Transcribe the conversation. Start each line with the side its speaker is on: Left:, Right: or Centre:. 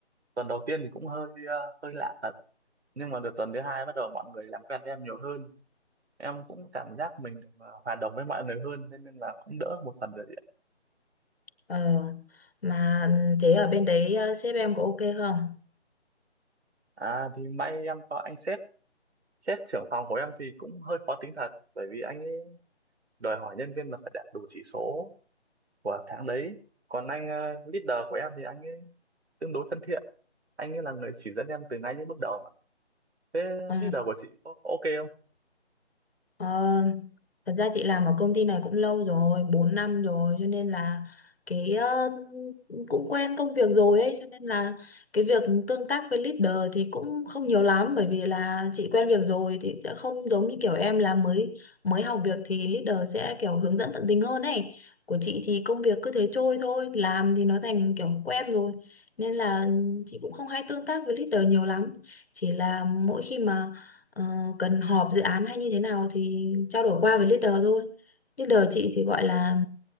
Right: tuần đầu tiên thì cũng hơi ờ, hơi lạ thật nhưng mà được tuần thứ hai bắt đầu mọi người làm quen với em nhiều hơn em cũng cảm giác mình được ờ, hòa đồng với mọi người hơn nên, nên là cũng đỡ một phần rồi đấy ạ.
Left: Ờ, mà ừ, thế ở bên đấy ờ, sếp em có ok không?
Right: à thì may em có anh sếp sếp trưởng phòng của em thì cũng hơi khó tính thật bởi vì anh ấy đòi hỏi nhân viên là phải đạt đủ chỉ số của tháng đấy còn anh ờ, leader của em thì anh ấy tương đối thân thiện anh ấy là người chỉ dẫn em từ ngay những bước đầu mà thế
Left: Ờ,
Right: leader của chị có, có ok không
Left: Ờ, thật ra chị làm ở công ty này cũng lâu rồi, 4 năm rồi cho nên là cái ờ, cũng quen công việc rồi ấy cho nên là cái việc tương tác với leader thì cũng không nhiều lắm bởi vì là chị quen việc rồi thì sẽ không giống như kiểu em là mới mới học việc thì leader sẽ kiểu hướng dẫn tận tình hơn ấy. Của chị thì công việc cứ thế trôi thôi, làm thì nó thành kiểu quen rồi nên là
Right: à,
Left: chị cũng không hay tương tác với leader nhiều lắm. Chỉ là mỗi khi mà Ờ, cần họp dự án hay như thế nào thì trao đổi qua với leader thôi. Leader chị thì gọi là